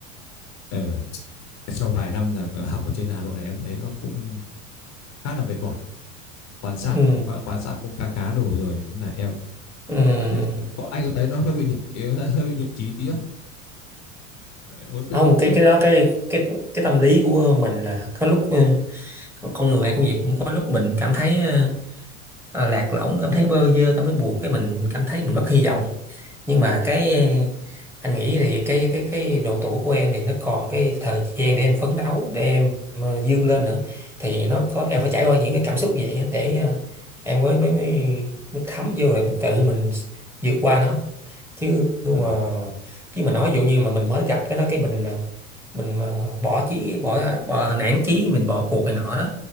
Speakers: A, on the left; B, in the centre.
A: ở sau vài năm là ờ, học ở trên Hà Nội này em thấy nó cũng khá là mệt mỏi quan sát
B: ừ
A: cũng khá, quan sát cũng khá khá đủ rồi nên là em
B: ừ
A: thế có, có- anh có thấy nó hơi bị nhục hơi bị nhục chí tí không Lại muốn về
B: không
A: quê
B: cái cái đó cái cái cái tâm lý của mình là có lúc ờ, con con người ai cũng vậy cũng có lúc mình cảm thấy ờ, ờ, lạc lõng cảm thấy bơ vơ cảm thấy buồn cái mình cảm thấy mình mất hy vọng nhưng mà cái anh nghĩ thì cái cái cái độ tuổi của em thì nó còn cái thời gian để em phấn đấu để em ờ, vươn lên nữa thì nó có em phải trải qua những cái cảm xúc vậy á để ờ, em mới mới mới, mới thấm vô rồi mình tự mình vượt qua nó chứ mà
A: Ờ.
B: chứ mà nói dụ như mà mình mới gặp cái đó cái mình à, mình mà bỏ chí bỏ, bỏ nản chí mình bỏ cuộc này nọ đó